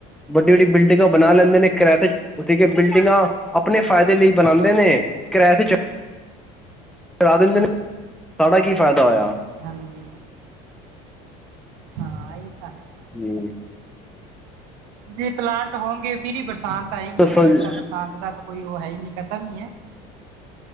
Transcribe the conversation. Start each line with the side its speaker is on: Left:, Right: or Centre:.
Centre: ਵੱਡੀ-ਵੱਡੀ ਬਿਲਡਿੰਗਾਂ ਬਣਾ ਲੈਂਦੇ ਨੇ ਕਿਰਾਏ 'ਤੇ ਠੀਕ ਏ ਬਿਲਡਿੰਗਾਂ ਆਪਣੇ ਫਾਇਦੇ ਲਈ ਬਣਾਂਦੇ ਨੇ ਕਿਰਾਏ 'ਤੇ ਚ ੜਾ ਦਿੰਦੇ ਨੇ, ਸਾਡਾ ਕੀ ਫਾਇਦਾ ਹੋਇਆ?
Right: ਹਾਂਜੀ। ਹਾਂ ਏ ਤਾਂ ਹੈ।
Centre: ਹੂੰ।
Right: ਜੇ ਪਲਾਂਨਟ ਹੋਣਗੇ‌ ਫਿਰ ਈ ਬਰਸਾਤ ਆਏਗੀ
Centre: ਦੱਸੋ
Right: ਨਈ
Centre: ਜੀ
Right: ਤਾਂ ਬਰ ਸਾਤ ਦਾ ਤਾਂ ਕੋਈ ਓ ਹੈ ਈ ਨੀ ਖਤਮ ਈ ਐ।